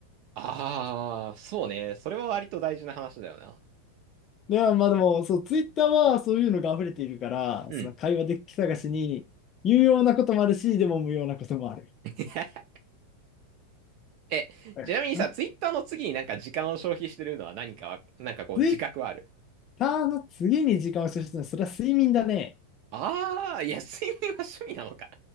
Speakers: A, on the right; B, on the left.
A: ああ、そうね。それは割と大事な話だよな。
B: で、ままあでも、そう、ツイッターはそういうのが溢れているから、
A: うん。
B: その会話デッキ探しに有用なこともあるし、でも無用なこともある。
A: <laughs> え、
B: だからん
A: ちなみにさ、ツイッターの次になんか時間を消費してるのは何かは、なんかこう自覚はある。
B: ツイッターの次に時間を消費するのは、それは睡眠だね。
A: ああ、いや、睡眠は趣味なのか。